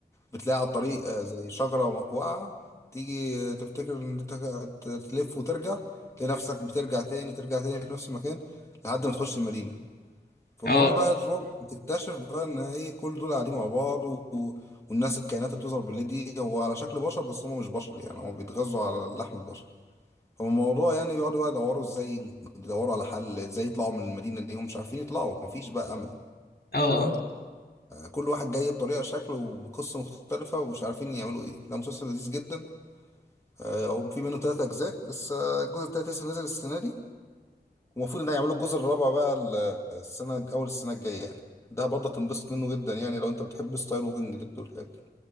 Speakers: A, on the left; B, on the left.
A: بتلاقي على الطريق آه، زي شجره واقعه تيجي آه، تفتكر ان انت هت- تلف وترجع تلاقي نفسك بترجع تاني ترجع تاني في نفس المكان لحد ما تخش المدينه فالمهم
B: اه
A: بقى تروح بتكتشف بقى ان ايه كل دول قاعدين مع بعض و... و- والناس الكائنات اللي بتظهر بالليل دي هو على شكل بشر بس هم مش بشر يعني هم بيتغذوا على لحم البشر فالموضوع يعني بيقعدوا بقى يدوروا ازاي يدوروا على حل ازاي يطلعوا من المدينة دي هم مش عارفين يطلعوا مفيش بقى امل
B: اه اه
A: كل واحد جاي بطريقة شكله وبقصة مختلفة ومش عارفين يعملوا ايه ده مسلسل لذيذ جدا آه، هو في منه تلات اجزاء لسه الجزء التالت لسه نازل السنة دي ومفروض ان يعملوا الجزء الرابع بقى ال- السنة أول السنة الجاية يعني ده برضه تنبسط منه جدا يعني لو أنت بتحب ستايل ووكينج ديد والحاجات دي